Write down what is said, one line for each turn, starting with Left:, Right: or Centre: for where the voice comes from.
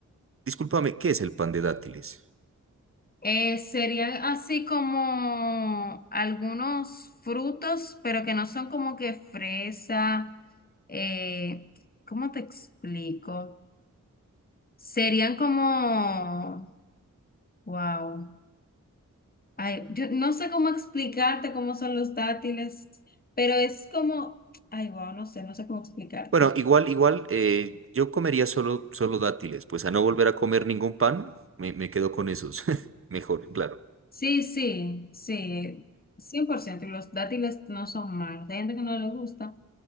Right: Discúlpame, ¿qué es el pan de dátiles?
Left: Eh, serían así como algunos frutos, pero que no son como que fresa. eh, ¿cómo te explico? Serían como, wow. Ay, yo no sé cómo explicarte cómo son los dátiles, pero es como, ay, wow, no sé, no sé cómo explicarte.
Right: Bueno, igual, igual, eh, yo comería solo, solo dátiles, pues a no volver a comer ningún pan, me, me quedo con esos. <laughs> Mejor, claro.
Left: Sí, sí, sí, 100%. Y los dátiles no son malos. Hay gente que no les gusta,